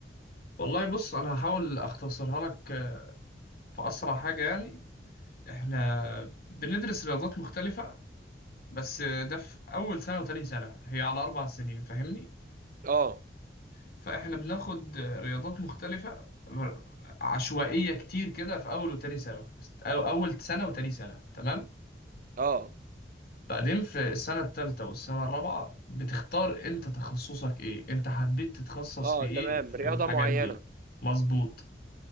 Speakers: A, on the left; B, on the right.
A: والله بص أنا هحاول أختصرها لك آه، في أسرع حاجة يعني إحنا بندرس رياضات مختلفة بس آه، ده في أول سنة وتاني سنة هي على أربع سنين فاهمني
B: آه
A: فإحنا بناخد آه، رياضات مختلفة عشوائية كتير كده في أول وتاني سنة أو أول سنة وتاني سنة تمام
B: آه
A: بعدين في السنة التالتة والسنة الرابعة بتختار انت تخصصك ايه انت حبيت تتخصص
B: آه
A: في ايه
B: تمام
A: في
B: رياضة
A: الحاجات
B: معينة
A: دي مظبوط